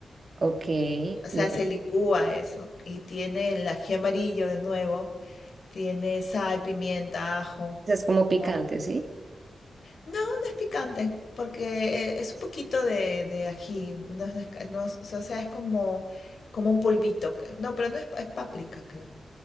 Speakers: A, on the right; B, on the left.
A: Ok,
B: O sea,
A: no.
B: se licúa eso. Y tiene el ají amarillo de nuevo. Tiene sal, pimienta, ajo.
A: Es como picante,
B: No.
A: ¿sí?
B: No, no es picante, porque eh, es un poquito de, de ají. No, es- no es- no es- o sea, es como, como un polvito. creo. No, pero no es, pa- es páprica, creo.